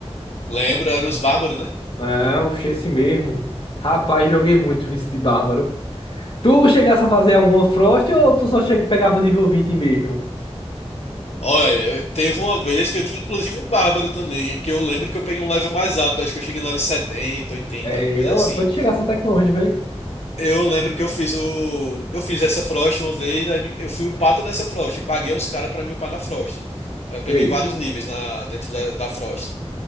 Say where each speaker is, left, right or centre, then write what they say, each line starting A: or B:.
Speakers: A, on the left; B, on the left.
A: Lembro, era os bárbaros, né?
B: É, o esse mesmo. Rapaz, joguei muito vice de Bárbaro. Tu chegasse a fazer alguma Frost ou tu só chega, pegava nível 20 mesmo?
A: Olha, teve uma vez que eu tinha inclusive um bárbaro também, que eu lembro que eu peguei um level mais alto, acho que eu cheguei no level 70, 80,
B: É,
A: alguma coisa
B: eu-
A: assim.
B: pode chegar até que longe, velho.
A: Eu lembro que eu fiz o eu fiz essa Frost uma vez, aí me- eu fui upado nessa Frost, eu paguei os caras pra me upar na Frost. Aí eu peguei
B: Sei.
A: vários níveis na dentro da, da Frost.